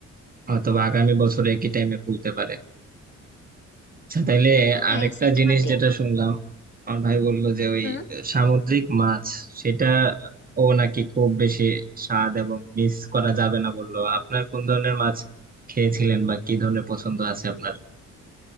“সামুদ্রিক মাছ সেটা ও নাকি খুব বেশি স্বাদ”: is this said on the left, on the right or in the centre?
Right